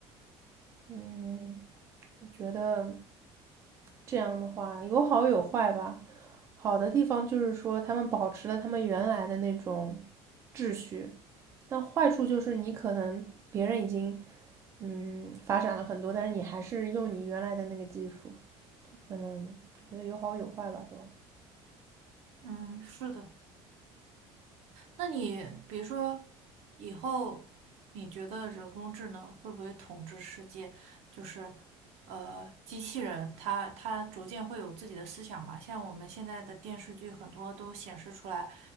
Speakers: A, on the right; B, on the right.
A: 嗯，我觉得这样的话有好有坏吧。好的地方就是说，他们保持了他们原来的那种秩序，但坏处就是你可能别人已经嗯发展了很多，但是你还是用你原来的那个技术，就可能我觉得有好有坏吧都。
B: 嗯，是的。那你比如说以后，你觉得人工智能会不会统治世界？就是呃，机器人它它逐渐会有自己的思想嘛？像我们现在的电视剧很多都显示出来，